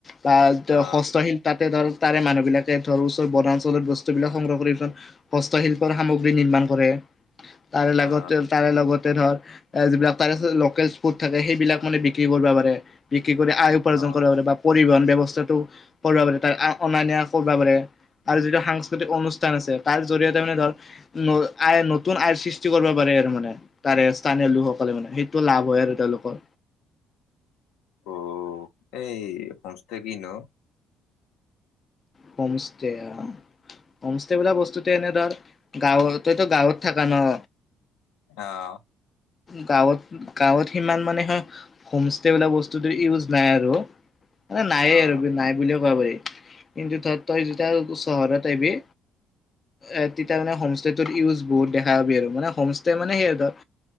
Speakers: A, on the left (about 35°); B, on the left (about 85°).
A: তাৰ
B: অ
A: হস্তশীল তাতে ধৰ তাৰে মানুহ বিলাকে ধৰ ওচৰ বনাঞ্চলত বস্তুবিলাক সংগ্ৰহ কৰি হস্তশিল- সামগ্ৰী নিৰ্মাণ কৰে তাৰে লগতে
B: অ
A: তাৰে লগতে ধৰ এ যিবিলাক তাৰছত লকেল ফুডচ্ থাকে সেইবিলাক মানে বিক্ৰী কৰবা পাৰে কি কৰি আয় উপাৰ্জন
B: অ
A: কৰা বোলে বা পৰিবহন ব্যৱস্থা চেতো কৰিব পাৰে ত অনা নিয়া কৰবা পাৰে আৰু যিটো সাংস্কৃতিক অনুষ্ঠান তাৰ আছে তাৰ জৰিয়তে মানে ধৰ ন আয় নতুন আয়ৰ সৃষ্টি কৰিব পাৰে আৰু মানে তাৰে স্থানীয় লোকসকলে মানে সেইটো লাভ হয় তেওঁলোকৰ
B: অ এই পন ষ্টাৰ কি ন
A: হোম ষ্টেয়া হোমষ্টে বলা বস্তুতে এনে ধৰ গাঁৱত তইতো গাঁৱত থাকা ন
B: আহ
A: গাঁৱত গাঁৱত সিমান মানে হোমষ্টে বোলা বস্তুটো ইউজ নাই আৰু। নায়ে
B: অ অ
A: আৰু নাই বুলিয়ে কব পাৰি। কিন্তু তই তই যেতিয়া চহৰত আহবি। এ তেতিয়া মানে হোমষ্টে ইউজ বহুত দেখা পাবি আৰু মানে হোমষ্টে মানে সেই ধৰ-